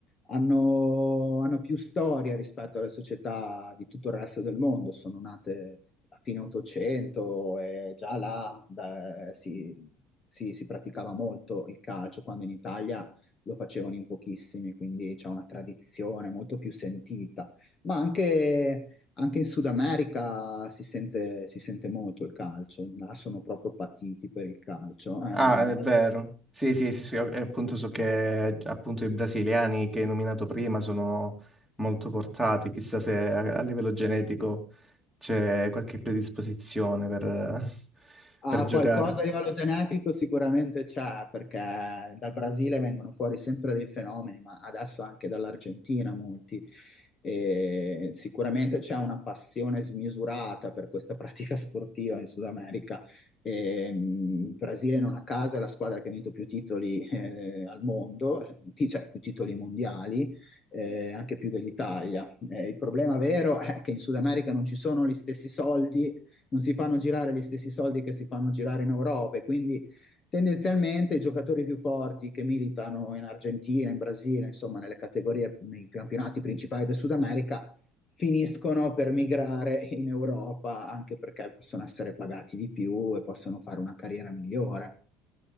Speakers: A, on the left; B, in the centre.
A: hanno, hanno più storia rispetto alle società di tutto il resto del mondo, sono nate a fine 800 e già là da- si, si- si praticava molto il calcio, quando in Italia lo facevano in pochissimi, quindi c'è una tradizione molto più sentita, ma anche... Anche in Sud America si sente, si sente molto il calcio, là sono proprio patiti per il calcio. Eh,
B: Ah,
A: magari
B: è vero. Sì, sì, sì, sì, e appunto so che appunto i brasiliani che hai nominato prima sono molto portati, chissà se a, a livello genetico c'è qualche predisposizione per <laughs>
A: Ah,
B: per giocare.
A: qualcosa a livello genetico sicuramente c'è, perché dal Brasile vengono fuori sempre dei fenomeni, ma adesso anche dall'Argentina molti. E sicuramente c'è una passione smisurata per questa pratica sportiva in Sud America. E, mh, il Brasile non a caso è la squadra che ha vinto più titoli eh, al mondo, ti- cioè più titoli mondiali, eh, anche più dell'Italia. Eh, il problema vero è che in Sud America non ci sono gli stessi soldi non si fanno girare gli stessi soldi che si fanno girare in Europa e quindi tendenzialmente i giocatori più forti che militano in Argentina, in Brasile, insomma nelle categorie, nei campionati principali del Sud America, finiscono per migrare in Europa anche perché possono essere pagati di più e possono fare una carriera migliore.